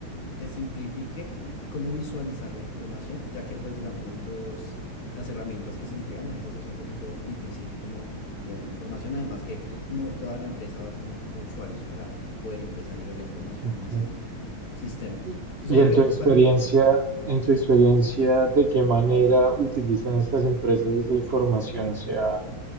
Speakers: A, on the left (about 70°); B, on the right (about 50°).
A: te simplifique cómo visualizar la información, ya que pues digamos los, las herramientas que se entregan a veces es un poquito difícil como tener la información, además que no toda la empresa va a tener como usuarios para poder ingresar y ver la información
B: Ok.
A: en ese sistema.
B: Y,
A: Entonces
B: y
A: ahí
B: en
A: fue
B: tu experiencia,
A: cuando yo,
B: en tu experiencia, ¿de qué manera utilizan estas empresas esa información? O sea,